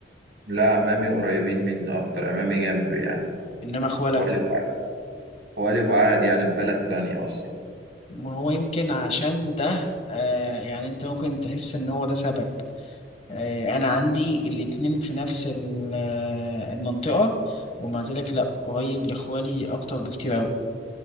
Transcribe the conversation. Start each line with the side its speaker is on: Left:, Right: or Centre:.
Right: لا عمامي قريبين مني أكتر عمامي جنبي يعني
Left: انما اخوالك
Right: هو قلب هو قلب عادي يعني في بلد تانية أصلا
Left: ما هو يمكن عشان ده آه يعني انت ممكن تحس ان هو ده سبب آه انا عندي الاتنين في نفس ال- آه، المنطقة ومع ذلك لا قريب لاخوالي اكتر بكتير اوي